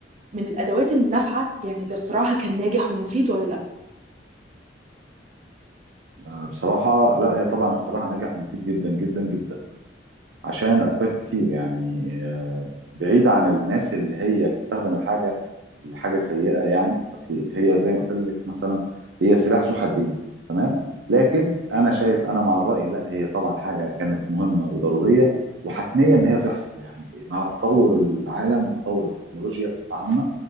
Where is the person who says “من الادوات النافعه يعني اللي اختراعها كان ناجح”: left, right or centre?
Right